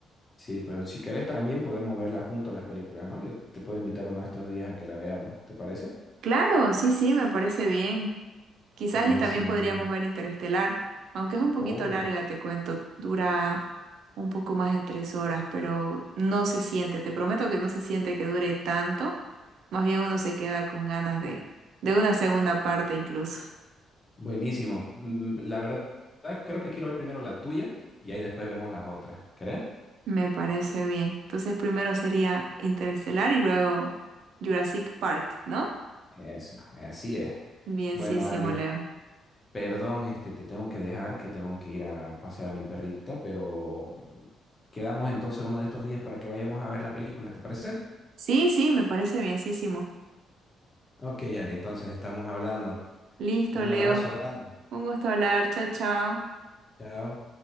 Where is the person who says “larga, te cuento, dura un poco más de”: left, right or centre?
Right